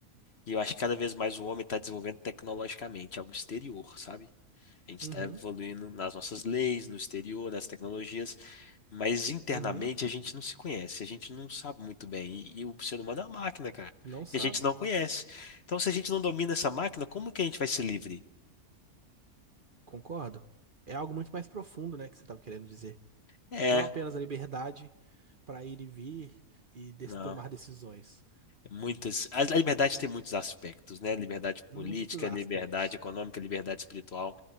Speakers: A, on the left; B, on the right.
A: E eu acho que cada vez mais o homem está desenvolvendo tecnologicamente algo exterior, sabe? A gente está
B: Uhum,
A: evoluindo nas nossas leis, no exterior, nas tecnologias, mas internamente
B: uhum,
A: a gente não se conhece, a gente não sabe muito bem. E, e o ser humano é uma máquina, cara,
B: não sabe.
A: que a gente não conhece. Então, se a gente não domina essa máquina, como que a gente vai ser livre?
B: Concordo. É algo muito mais profundo, né, que você estava querendo dizer.
A: É,
B: Não apenas a liberdade para ir e vir e des-
A: não.
B: tomar decisões.
A: Muitas, a a liberdade tem muitos aspectos, né? Liberdade
B: Muitos
A: política,
B: aspectos.
A: liberdade econômica, liberdade espiritual.